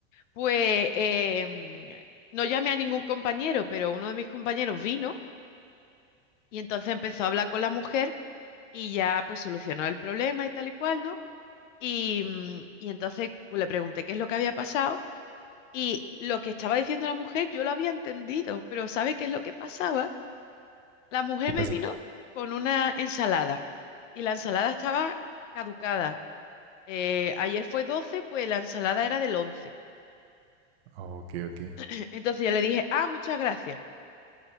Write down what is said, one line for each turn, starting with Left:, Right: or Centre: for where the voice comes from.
Left: Pues em, no llamé a ningún compañero, pero uno de mis compañeros vino y entonces empezó a hablar con la mujer y ya pues solucionó el problema y tal y cual, ¿no? Y, mm, y entonces pues, le pregunté qué es lo que había pasado y lo que estaba diciendo la mujer yo lo había entendido, pero ¿sabe qué es lo que pasaba? La mujer
Right: ¿Qué
Left: me
Right: pasó?
Left: vino con una ensalada y la ensalada estaba caducada. Eh, ayer fue 12, pues la ensalada era del 11.
Right: Ah, ok, ok.
Left: <laughs> Entonces yo le dije, ah, muchas gracias.